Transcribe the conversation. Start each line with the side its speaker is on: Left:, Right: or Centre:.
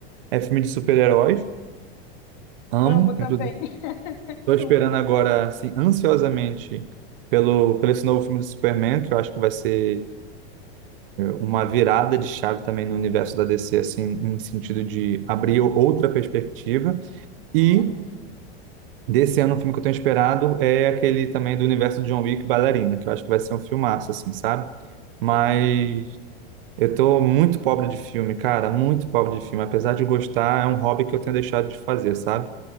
Right: é filme de super-heróis, amo,
Left: Amo também.
Right: inclusive.
Left: <laughs>
Right: Tô esperando
Left: Amo também.
Right: agora, assim, ansiosamente pelo, pelo esse novo filme do Superman, que eu acho que vai ser uma virada de chave também no universo da DC, assim, em sentido de abrir outra perspectiva.
Left: Uhum.
Right: E desse ano, um filme que eu tenho esperado é aquele também do universo de John Wick, Bailarina, que eu acho que vai ser um filmaço, assim, sabe? Mas
Left: Eu também,
Right: eu tô muito pobre de filme, cara, muito pobre de filme. Apesar de gostar, é um hobby que eu tenho deixado de fazer, sabe?